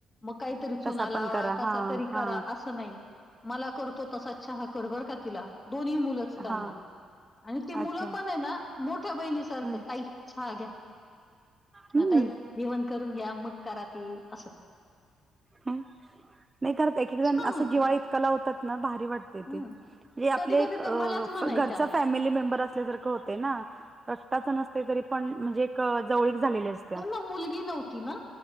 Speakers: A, on the left; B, on the right.
A: म काहीतरी
B: कसा
A: चुना लावा,
B: पण करा
A: कसा
B: हा
A: तरी
B: हा
A: करा असे त नाही, मला करतो तसाच चहा कर बरं का तिला, दोन्ही मुलंच त्यांना.
B: हा
A: आणि ती मुलं
B: अच्छा
A: पण ये ना मोठ्या बहिणीसारखं
B: हम्म
A: ताई छहा घ्या.
B: हम्म,
A: किंवा ताई जेवण करून घ्या, मग करा ते असं.
B: हा, मी करते की <unintelligible>
A: छान होतं.
B: जिवाळा इतका लावतात ना भारी वाटते
A: हम्म
B: ते
A: कधी
B: आपले
A: कधी
B: एक, घरचाचं
A: तर मलाच म्हणायच्या
B: फॅमिली मेंबर असल्या सारखं होतंय ना, रक्ताच नसतोय तरी पण म्हणजे एक जवळीक झालेले असते.
A: त्यांना मुलगी नव्हती ना,